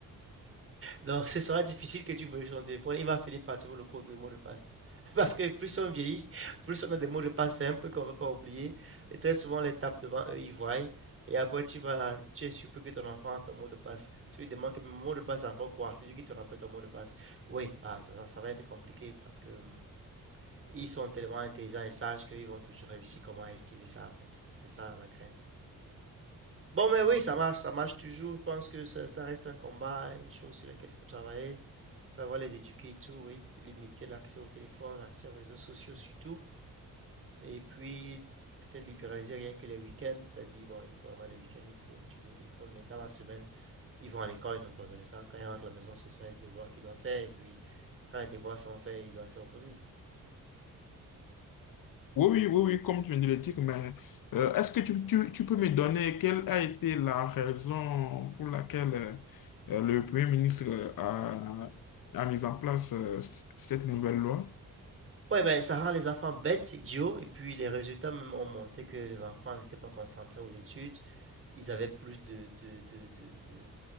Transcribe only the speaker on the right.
Donc, ce sera difficile que tu veuilles son téléphone. Il va finir par trouver le code, le mot de passe. <laughs> Parce que plus on vieillit, plus on a des mots de passe simples qu'on ne veut pas oublier. Et très souvent, les tape devant eux, ils voient. Et après, tu vas, tu es surpris que ton enfant a ton mot de passe. Tu lui demandes que mon mot de passe, c'est encore quoi? C'est lui qui te rappelle ton mot de passe. Oui, ah, ça, ça- ça va être compliqué parce que hum, ils sont tellement intelligents et sages qu'ils vont toujours réussir comment esquiver ça, en fait. C'est ça la crainte. Bon, mais oui, ça marche, ça marche toujours. Je pense que ça, ça reste un combat, une chose sur laquelle il faut travailler. Savoir les éduquer et tout, oui. Limiter l'accès au téléphone, l'accès aux réseaux sociaux surtout. Et puis, peut-être libéraliser rien que les week-ends. C'est-à-dire, bon, ils peuvent avoir les week-ends, ils peuvent utiliser le téléphone, mais dans la semaine, ils vont à l'école, ils n'ont pas besoin de ça. Quand ils rentrent à la maison, ce sont les devoirs qu'ils doivent faire. Et puis, quand les devoirs sont faits, ils doivent se reposer.
Ouais, ben, ça rend les enfants bêtes, idiots, et puis les résultats même ont montré que les enfants n'étaient pas concentrés aux études. Ils avaient plus de, de, de, de, de-